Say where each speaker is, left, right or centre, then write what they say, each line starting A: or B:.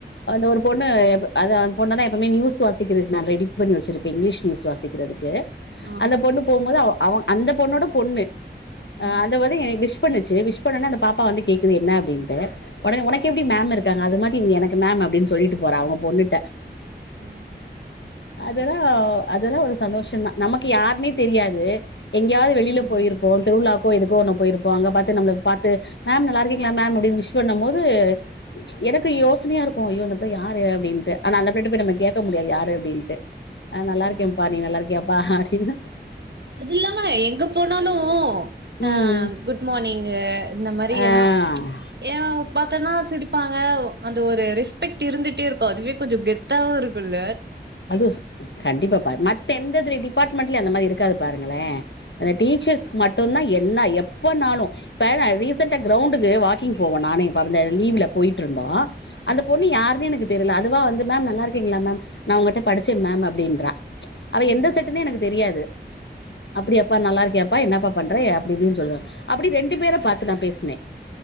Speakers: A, on the left (about 85°); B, on the right (about 70°).
A: அந்த ஒரு பொண்ணு எப் அ அந்த பொண்ண தா எப்பமே நியூஸ் வாசிக்கிது நா ரெடி பண்ணி வச்சிருப்பே இங்லீஷ் நியூஸ் வாசிக்றதுக்கு
B: ஆ,
A: அந்த பொண்ணு போம்போது அவ அந்த பொண்ணோட பொண்ணு்
B: ஆ,
A: அ அத வந்து எனக் விஷ் பண்ணுச்சு விஷ் பண்ணன்னொ அந்த பாப்பா வந்து கேக்குது என்ன அப்டின்ட்டு ஒடனே உனக்கு
B: ஆ,
A: எப்படி மேம் இருக்காங்க அது மாதி இவுங்க எனக் கு மேம் அப்டின்னு சொல்லிட்டு போறா அவுங்க பொண்ணுட்ட
B: ஆ
A: அதெல்லா அதெல்லா ஒரு சந்தோஷொ தான் நமக்கு யாருன்னே தெரியாது எங்கேயாது வெளியில
B: ம்,
A: பெயிருப்போம் திருவிளாவுக்கோ எதுக்கு ஒன்னு போயிருப்போம் அங்க பாத்து நம்மள பாத்து மேம் நல்லாருக்கீங்களா மேம் அப்டின்னு விஷ் பண்ணும் போ து எனக்கு யோசனியா இருக்கும் ஐயோ இந்த புள்ள யாரு அப்டின்ட்டு ஆனா அந்த பிள்ளட்ட போயி நம்ம கேட்க முடியாது யாரு அப்டின்ட்டு ஆ நல்லா இருக்கேன்ப்பா
B: ம்.
A: நீ நல்லா இருக்கியாப்பா அப்டினு
B: அது இல்லாம எங்க போனாலு அ
A: ம்
B: குட் மான்னிங்கு இந்த மாரி
A: ஆ
B: எல்லா ஏ பாத்தன்னா சிரிப்பாங்க அந்த ஒரு ரெஸ்பெக்ட் இருந்துட்டே ருக்கும் அதுவே கொஞ்சம் கெத்தாவும் இருக்கும்ல்ல
A: அதுவு ச கண்டிப்பாப்பா மத் த்த எந்ததுல டிபாட்மெண்ட்ல அந்த மாரி இருக்காது பாருங்களே அந்த டீச்சர்ஸுக்கு மட்டுந்தா என்னா எப் எப்பனாலு பேன ரீசெண்டா கிரௌண்டுக்கு வாக்கிங் போவு நானு ஏ பரந்தயாரு லீவ்ல போயிட்டு இருந்தோம் அந்த பொண்ணு யாருன்னே எனக்கு தெரில அதுவா வந்து மேம் நல்லா இருக்கீங்களா மேம் நா உங்கட்ட படிச்சேங் மேம் அப்டின்றா அவ
B: ம் ம்
A: எந்த செட்டுன்னு எனக்கு தெரியாது அப்டியாப்பா நல்லா இருக்கியாப்பா என்னப்பா பண்ற அப்டி இப்டினு சொல்வ அப்டி ரெண்டு பேர பாத்து நா பேசுனே